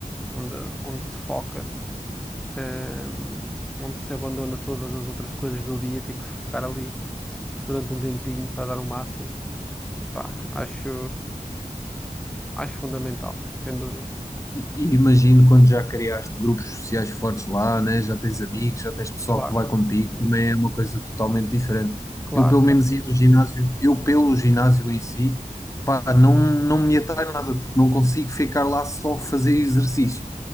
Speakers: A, in the centre; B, on the left.
A: onde, onde se foca. eh, onde se abandona todas as outras coisas do dia, e tem que se focar ali. durante um tempinho para dar o máximo. Epá, acho, acho fundamental, sem dúvida.
B: E, e imagino quando já criaste grupos sociais fortes lá, né? Já tens amigos, já tens pessoal
A: Claro,
B: que vai contigo, também é uma coisa totalmente diferente.
A: claro,
B: Eu pelo menos
A: claro.
B: ia no ginásio, eu pelo ginásio em si, pá, não, não me atrai nada, porque não consigo ficar lá só a fazer exercício.